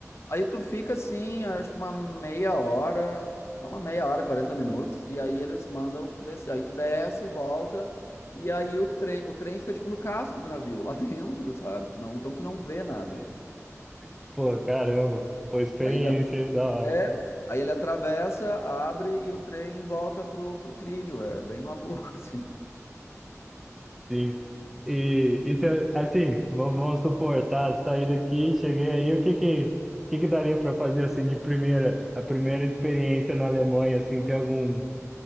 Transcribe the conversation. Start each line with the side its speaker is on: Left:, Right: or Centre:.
Left: Aí tu fica assim, acho que uma meia hora, é uma meia hora, 40 minutos, e aí eles mandam descer. Aí tu desce, volta, e aí o trem, o trem fica tipo no casco do navio, lá <laughs> dentro, sabe? Tu não, então tu não vê nada.
Centre: Sim. Pô, caramba, foi experiência
Left: Aí ele at-
Centre: aí, da hora.
Left: é, aí ele atravessa, abre e o trem volta pro, pro trilho. É bem maluco, <laughs> assim.
Centre: Sim. E, e se eu- assim, v- vamos suportar, sair daqui, cheguei aí, o que que, o que que daria para fazer assim de primeira, a primeira experiência na Alemanha, assim, tem algum